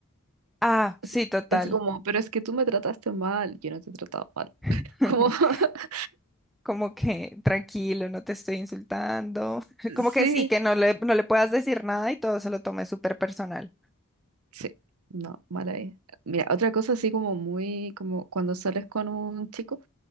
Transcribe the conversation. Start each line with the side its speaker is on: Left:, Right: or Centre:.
Centre: Ah, sí,
Right: Así,
Centre: total.
Right: así como, pero es que tú me trataste mal, yo no te he tratado mal.
Centre: <laughs>
Right: <laughs> Como, <laughs>
Centre: como que tranquilo, no te estoy insultando. <laughs> Como
Right: sí,
Centre: que sí, que no le, no le puedas decir nada y todo se lo tome súper personal.
Right: sí, no, mal ahí. Mira, otra cosa así como muy, como cuando sales con un chico